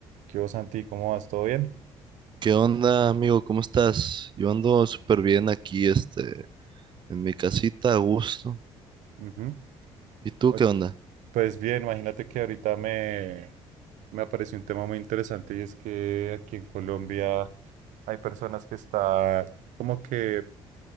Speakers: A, on the right; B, on the right.
A: ¿Qué hubo, Santi? ¿Cómo vas? ¿Todo bien?
B: ¿Qué onda, amigo? ¿Cómo estás? Yo ando súper bien aquí, este, en mi casita, a gusto.
A: Ujú.
B: ¿Y tú
A: O-
B: qué onda?
A: Pues bien, imagínate que ahorita me, me apareció un tema muy interesante y es que aquí en Colombia hay personas que están como que,